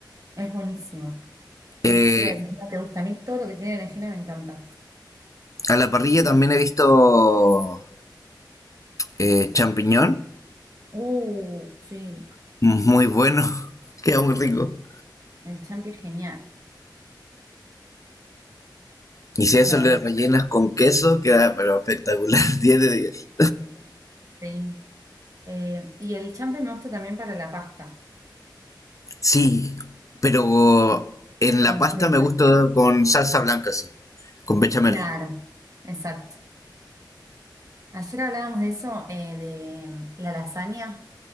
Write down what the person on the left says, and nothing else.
Eh,
a la parrilla también he visto eh, champiñón,
muy bueno, <laughs> queda muy rico.
Y si a eso
le
rellenas con queso, queda pero espectacular, <laughs> 10 de 10.
Sí, pero
en la
pasta
me gusta con salsa blanca, sí, con bechamel.